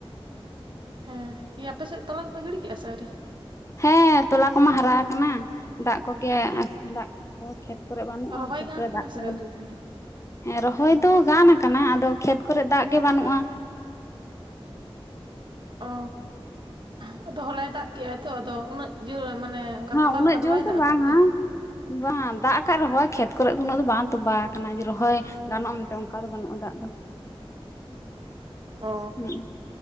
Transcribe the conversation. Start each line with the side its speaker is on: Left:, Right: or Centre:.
Right: ᱦᱮᱸ ᱾ ᱤᱭᱟᱹ ᱟᱯᱮ ᱥᱮᱫ ᱛᱚᱞᱟ ᱠᱚᱯᱮ ᱜᱤᱲᱤ ᱠᱮᱜᱼᱟ ᱥᱮ ᱟᱹᱣᱨᱤ?
Left: ᱦᱮᱸ ᱛᱚᱞᱟ ᱠᱚᱢᱟ ᱦᱟᱨᱟ ᱠᱟᱱᱟ ᱫᱟᱜ ᱠᱚᱜᱮ ᱫᱟᱜ ᱠᱷᱮᱛ ᱠᱚᱨᱮᱜ ᱵᱟᱹᱱᱩᱜᱼᱟ
Right: ᱨᱚᱦᱚᱭ
Left: ᱠᱷᱮᱛ
Right: ᱜᱟᱱ
Left: ᱠᱚᱨᱮ
Right: ᱠᱟᱱᱟ
Left: ᱫᱟᱜ ᱠᱚ
Right: ᱥᱮ ᱟᱹᱣᱨᱤ ᱛᱟᱦᱚᱞᱮ
Left: ᱦᱮᱸ ᱨᱚᱦᱚᱭ ᱫᱚ ᱜᱟᱱ ᱠᱟᱱᱟ ᱟᱫᱚ ᱠᱷᱮᱛ ᱠᱚᱨᱮᱜ ᱫᱟᱜ ᱜᱮ ᱵᱟᱹᱱᱩᱜᱼᱟ
Right: ᱚ ᱟᱫᱚ ᱦᱚᱞᱟᱭ ᱫᱟᱜ ᱠᱮᱜᱼᱟᱭ ᱛᱚ ᱟᱫᱚ ᱩᱱᱟᱹᱜ ᱡᱳᱭ ᱢᱟᱱᱮ ᱚᱱᱠᱟ
Left: ᱦᱮᱸ
Right: ᱛᱚᱸᱵᱟ
Left: ᱩᱱᱟᱹᱜ
Right: ᱞᱮᱠᱟ
Left: ᱡᱳᱨ
Right: ᱵᱟᱭ
Left: ᱫᱚ
Right: ᱫᱟᱜ
Left: ᱵᱟᱝᱼᱟ
Right: ᱟᱠᱟᱫ ᱛᱮ
Left: ᱵᱟᱝ ᱫᱟᱜ ᱠᱟᱜ ᱨᱮᱦᱚᱭ ᱠᱷᱮᱛ ᱠᱚᱨᱮᱜ ᱫᱚ ᱩᱱᱟᱹᱜ ᱫᱚ ᱵᱟᱝ ᱛᱚᱵᱟ ᱠᱟᱱᱟ ᱡᱮ ᱨᱚᱦᱚᱭ ᱜᱟᱱᱚᱜᱼᱟ ᱢᱮᱱᱛᱮ ᱚᱱᱠᱟ ᱫᱚ ᱵᱟᱹᱱᱩᱜᱼᱟ ᱫᱟᱜ ᱫᱚ ᱾
Right: <inaudible> ᱚ
Left: ᱦᱩᱸ